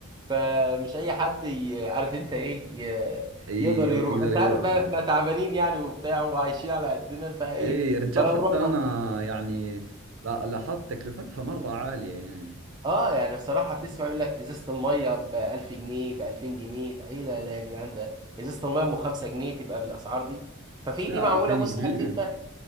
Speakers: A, on the right (about 20°); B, on the right (about 75°).
A: فمش أي حد ي- عارف أنت إيه ي-
B: اي
A: يقدر
B: يرو-
A: يروح
B: يقدر
A: أنت
B: يروح
A: عارف بقى
B: لها
A: إحنا تعبانين يعني وبتاع وعايشين على قدنا فإيه
B: اي يا رجال
A: فلو
B: حتى
A: رحنا
B: انا يعني لا- لاحظت تكلفتها مرة عالية يعني
A: آه يعني الصراحة تسمع يقول لك إزازة المية ب 1000 جنيه ب 2000 جنيه طب إيه ده ده يا جدعان ده إزازة المية أم 5 جنيه تبقى بالأسعار دي ففي
B: لا
A: دي معمولة
B: 2000
A: بص
B: جنيه
A: عارف أنت